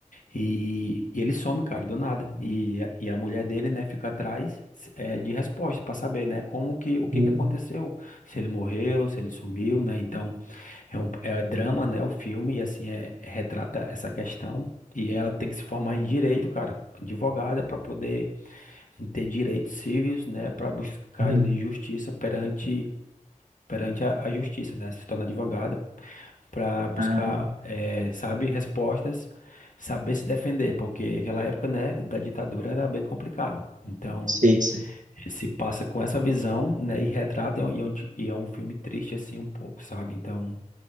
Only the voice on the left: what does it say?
e, e ele some, cara, do nada, e, a- e a mulher dele, né, fica atrás eh, de resposta para saber, né, como que, o que
que aconteceu, se ele morreu, se ele sumiu, né, então é um é drama, né, o filme, e assim, é, retrata essa questão. E ela tem que se formar em direito, cara, advogada, para poder ter direitos civis, né, para buscar
ali justiça perante perante a, a justiça, né, se tornar advogada para buscar,
eh, sabe, respostas, saber se defender, porque aquela época, né, da ditadura era bem complicado. Então,
se passa com essa visão, né, e retrata e é um, e é um ti- e é um filme triste assim um pouco, sabe? Então,